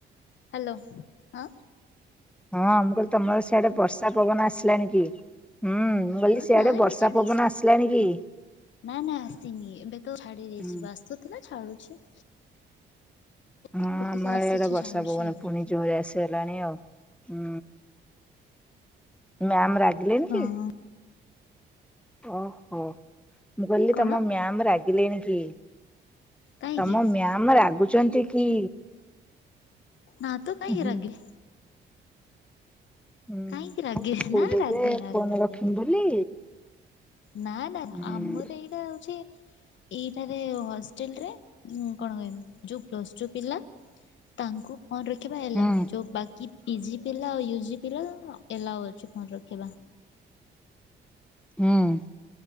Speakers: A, on the left; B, in the centre.
A: ହ୍ୟାଲୋ ଆଁ?
B: ହଁ ମୁଁ କହିଲି ତମର ସିଆଡେ ବର୍ଷା ପବନ ଆସିଲାଣିି କି? ହୁଁ ମୁଁ
A: ହ୍ୟାଲୋ
B: କହିଲି ସେଆଡେ
A: ନା
B: ବର୍ଷା
A: ଏବେ ଛାଡିଛି
B: ପବନ ଆସିଲାଣି କି?
A: ନା ନା ଆସିନି ଏବେ ତ ଛାଡି ଯାଇଚି
B: ହଁ
A: ଆସୁ ଥିଲା ଛାଡୁଛି।
B: ହଁ
A: ଟିକେ
B: ଆମର
A: ଟିକେ ଆସୁଛି
B: ଏଇଡା ବର୍ଷା
A: ଛାଡୁଛି
B: ପବନ
A: ଆଉ
B: ପୁଣି ଜୋରେ ଆସ ହେଲାଣି ଆଉ ହଁ ମ୍ୟାମ ରାଗିଲେନି
A: ହଁ
B: କି? ଓହୋ ମୁଁ କହିଲି
A: କଣ
B: ତମ ମ୍ୟାାମ ରାଗିଲେଣି କି?
A: କାହିଁକି
B: ତମ ମ୍ୟାାମ ରାଗୁଚନ୍ତି କି?
A: ନାଁ ତ କାଇଁ
B: ହୁଁ ହୁଁ।
A: ରାଗେ
B: ହୁଁ
A: କାହିଁକି ରାଗେ
B: ମୁଁ କହୁଚ
A: ନା ରାଗେ
B: ଯେ
A: ରାଗନାହାନ୍ତି।
B: ଫୋନ ରଖିବି ବୋଲି
A: ନା ନା
B: ହୁଁ
A: ଆମର ଏଇଟା ହଉଚି ଏଇଠାରେ ହଷ୍ଟେଲ ରେ କଣ କହିବି ଯୋଉ ପ୍ଲସ୍ ଟୁ ପିଲା ତାଙ୍କୁ ଫୋନ୍ ରଖିବା ଏଲାଓନିଁ
B: ହୁଁ
A: ଯେଉଁ ବାକି ପିଜି ପିଲା ଆଉ ୟୁଜି ପିଲା ଏଲାଓ ଅଛି ଫୋନ ରଖିବା।
B: ହୁଁ।